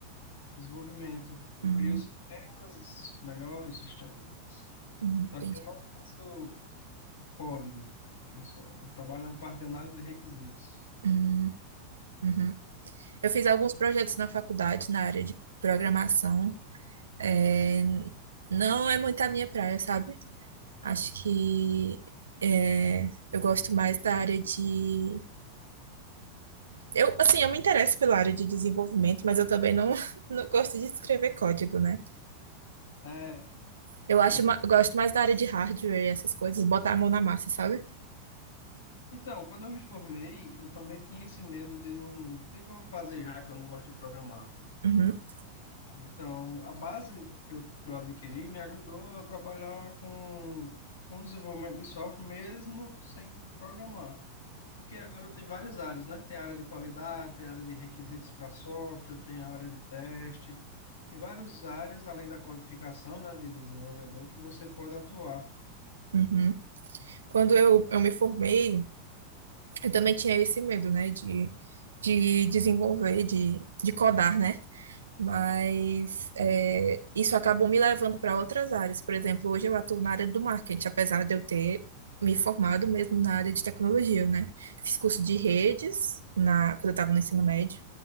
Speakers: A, on the left (about 65°); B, on the right (about 70°).
A: Desenvolvimento. Eu
B: Hum,
A: crio sistemas, melhoro os sistemas,
B: hum,
A: só
B: entendi.
A: que eu não faço código. Eu só, eu trabalho na parte de análise de requisitos.
B: Hum, uhum. Eu fiz alguns projetos na faculdade na área de programação. É, não é muito a minha praia, sabe? Acho que é, eu gosto mais da área de. Eu, assim, eu me interesso pela área de desenvolvimento, mas eu também não, <laughs> não gosto de escrever código, né?
A: É, interessante.
B: Eu acho, ma- eu gosto mais da área de hardware e essas coisas, botar a mão na massa, sabe?
A: Então, quando eu me formei, eu também tinha esse medo de não... O que que eu vou fazer já que eu não gosto de programar?
B: Uhum,
A: Então, a base que eu, que eu adquiri me ajudou a trabalhar com, com desenvolvimento de software, mesmo sem co- programar. Porque agora tem várias áreas, né? Tem área de qualidade, tem área de requisitos para software, tem área de teste, e várias áreas, além da codificação, né, de desenvolvedor, que você pode atuar.
B: uhum. Quando eu, eu me formei, eu também tinha esse medo, né, de, de desenvolver, de, de codar, né? Mas é, isso acabou me levando para outras áreas. Por exemplo, hoje eu atuo na área do marketing, apesar de eu ter me formado mesmo na área de tecnologia, né? Fiz curso de redes na, quando eu estava no ensino médio